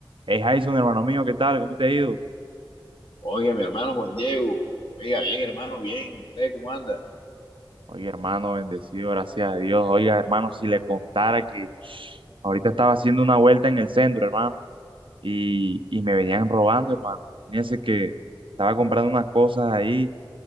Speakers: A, on the right; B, on the left.
A: Hey Jason, hermano mío, ¿qué tal? ¿Cómo te ha ido?
B: Oiga, mi hermano Juan Diego. Oiga, bien, hermano, bien. ¿Y usted cómo anda?
A: Oye, hermano, bendecido, gracias a Dios. Oiga, hermano, si le contara que ahorita estaba haciendo una vuelta en el centro, hermano, y, y me venían robando, hermano. Fíjense que estaba comprando unas cosas ahí